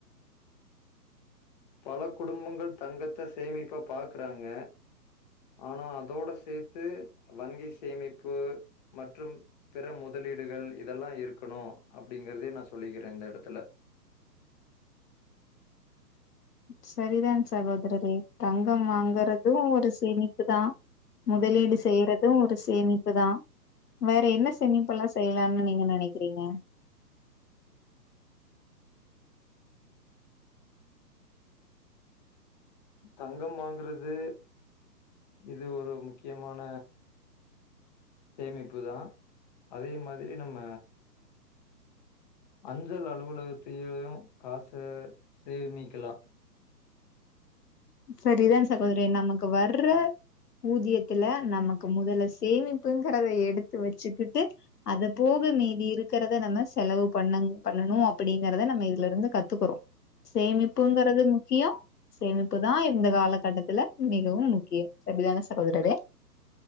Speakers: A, on the left; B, on the left.
A: பல குடும்பங்கள் தங்கத்த சேமிப்பா பாக்குறாங்க ஆனா அதோட சே த்து வங்கி சேமிப்பு மற்றும் பிற முதலீடுகள் இதெல்லா இருக்கனு அப்டிங்கிறதே நா சொல்லிக்கிறே இந்த எடத்துல
B: சரிதா சகோதரரே தங்கம் வாங்கறது ஒரு சேமிப்பு தா முதலீடு செய்யறது ஒரு சேமிப்பு தா வேற என்ன சேமிப்பெல்லா செய்லானு நீங்க நனைக்கிறீங்க
A: தங்கம் வாங்குறது இது ஒரு முக்கிய மான சேமிப்பு தா அதே மாதிரி நம்ப அஞ்சல் அலுவலகத்தியு காச சேமிக்கலா
B: சரிதான் சகோதரே நமக்கு வர்ற ஊதியத்துல நமக்கு முதல சேமிப்புங்கறத எடுத்து வச்சுக்கிட்டு அத போக மீதி இருக்குறத நம்ப செலவு பண்ணங் பண்ணனு அப்டிங்கறத நம்ப இதுல இருந்து கத்துக்குறோ சேமிப்புங்கறது முக்கியோ சேமிப் பு தா இந்த காலகட்டத்துல மிகவு முக்கியோ சரிதானா சகோதரரே